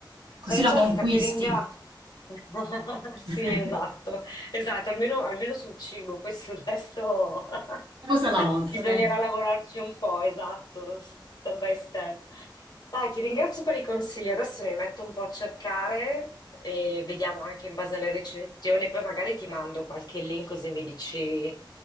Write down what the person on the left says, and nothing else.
Francesca,
ti ringrazio. <laughs> Sì,
esatto, esatto, almeno, almeno sul cibo, poi sul resto
<laughs>
bisognerà
lavorarci un po', esatto, step by step. Dai, ti ringrazio per i consigli, adesso mi metto un po' a cercare e vediamo anche in base alle recensioni, poi magari ti mando qualche link così mi dici